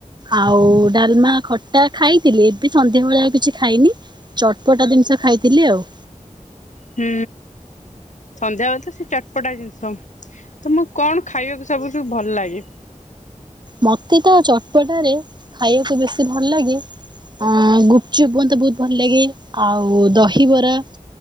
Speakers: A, on the right; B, on the left.
A: ଆଉ ଡାଲମା ଖଟା ଖାଇଥିଲି ଏବେ ସନ୍ଧ୍ୟାବେେଳେ ଆଉ କିଛି ଖାଇନି। ଚଟପଟା ଜିନିଷ ଖାଇଥିଲି ଆଉ।
B: ହୁଁ। ସନ୍ଧ୍ୟାବେଳେ ତ ସେ ଚଟପଟା ଜିନିଷ ତମକୁ କଣ ଖାଇବାକୁ ସବୁଠୁ ଭଲ ଲାଗେ?
A: ମତେ ତ ଚଟପଟାରେ ଖାଇବାକୁ ବେଶୀ ଭଲ ଲାଗେ। ଅ ଗୁପଚୁପ ମତେ ବହୁତ ଭଲ ଲାଗେ ଆଉ ଦହିବରା।